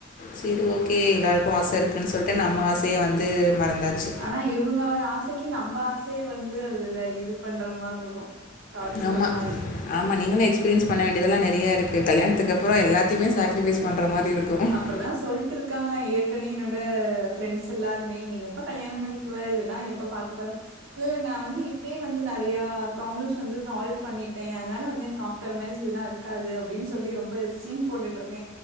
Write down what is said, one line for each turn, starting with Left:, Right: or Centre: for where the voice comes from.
Left: சரி ஓகே எல்லாருக்கும் ஆச இருக்கு ன்னு சொல்லிட்டு நம்ம ஆசய வந்து மறந்தாச்சு
Right: ஆனா இவங்க ஒரு ஆசக்கு நம்ம ஆசய வந்து அதுல இது பண்ற மாதிரி இருக்கும் தொலைச்சிட்ட
Left: நம்ம
Right: மாரி.
Left: ஆம நீங்களு எக்ஸ்பீரியன்ஸ் பண்ண வேண்டியதெல்லா நெறைய இருக்கு கல்யாணத்துக்கு அப்பற எல்லாத்தையமே சாக்ரிஃபைஸ் பண்ற மாதிரி இருக்கும் <unintelligible>
Right: அப்டிதா சொல்லிட்டு இருக்காங்க ஏற்கன என்னோட ஃப்ரெண்ட்ஸ் எல்லாருமே நீ எப்போ கல்யாண பண்ணி க்குவ இதெல்லா எப்ப பாக்க போற இல்ல நா வந்து இப்பயே வந்து நெறையா ப்ராப்ளம்ஸ் வந்து சால்வ் பண்ணிட்ட அதனால வந்து எனக்கு ஆப்டர் மேரேஜ் இதெல்லா இருக்கு இருக்காது அப்டின்னு சொல்லி ரொம்ப சீன் போட்டுட்டு இருக்க